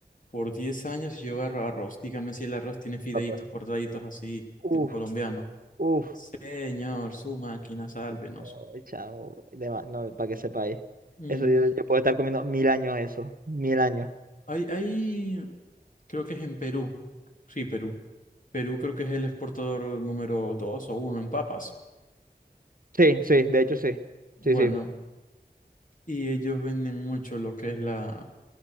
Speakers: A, on the left (about 50°); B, on the right (about 55°).
A: por 10 años y yo agarro arroz. Dígame si el arroz tiene fideitos
B: Ah, pues.
A: cortaditos así,
B: Uf,
A: tipo colombiano.
B: uf.
A: Señor, su máquina, sálvenos.
B: No, chao, de ma- no, para que sepáis.
A: Mm,
B: Eso yo, yo puedo estar comiendo mil años eso, mil años.
A: hay, hay, creo que es en Perú. Sí, Perú. Perú creo que es el exportador número 2 o uno en papas.
B: Sí, sí, de hecho sí,
A: Bueno.
B: sí, sí.
A: Y ellos venden mucho lo que es la,